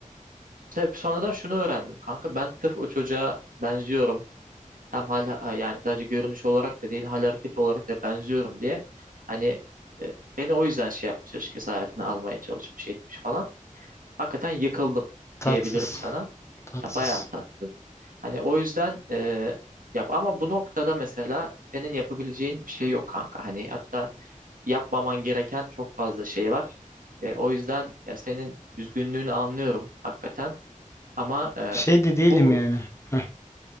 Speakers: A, on the right; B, on the left.
A: Tabii sonradan şunu öğrendim kanka ben tıf o çocuğa benziyorum. Hem hal ha- yani sadece görünüş olarak da değil hal hareket olarak da benziyorum diye. Hani e, beni o yüzden şey yapmış açıkçası hayatına almaya çalışmış etmiş falan. Hakikaten yıkıldım
B: Tatsız.
A: diyebilirim sana.
B: Tatsız.
A: Ya bayağı tatlı. Hani o yüzden e, yap ama bu noktada mesela senin yapabileceğin bir şey yok kanka. Hani hatta yapmaman gereken çok fazla şey var. E, o yüzden ya senin üzgünlüğünü anlıyorum hakikaten. Ama e,
B: Şey de değilim
A: bu
B: yani. Heh.